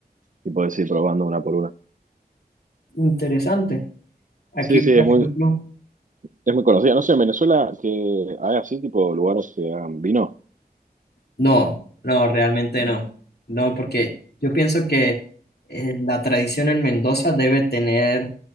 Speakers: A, on the right; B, on the left.
A: y puedes ir probando una por una.
B: Interesante. Aquí,
A: Sí, sí,
B: por
A: es muy,
B: ejemplo,
A: es muy conocida. No sé, en Venezuela que hay así tipo lugares que hagan vino.
B: no, no, realmente no. No, porque yo pienso que eh, la tradición en Mendoza debe tener